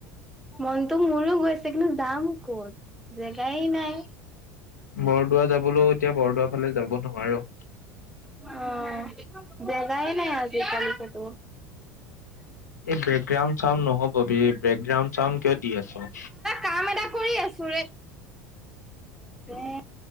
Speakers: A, in the centre; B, on the left.
A: মনটো মোৰো গৈছে কিন্তু যাম ক'ত জেগাই নাই
B: বৰদোৱা যাবলৈও এতিয়া বৰদোৱা ফালে যাব নোৱাৰোঁ
A: অ জেগাই নাই আজিকালি কতো
B: এই বেকগ্ৰাউণ্ড চাউড নহ'ব বেকগ্ৰাউড চাউড কিয় দি আছোঁ
A: কাম এটা কৰি আছোঁ ৰে বে